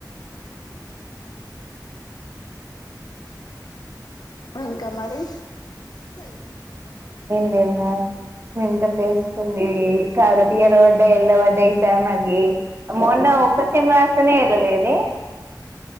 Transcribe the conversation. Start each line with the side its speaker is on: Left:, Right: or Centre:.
Left: భంకా మారి చ చం
Right: న్న మంత తీసుంది కాకట్టి ఇర వడ్డా ఎల్ళ వడ్డా ఈసా అది మొన్న ఒక్కసమ్ రాస్తనే వెళ్ళలేదు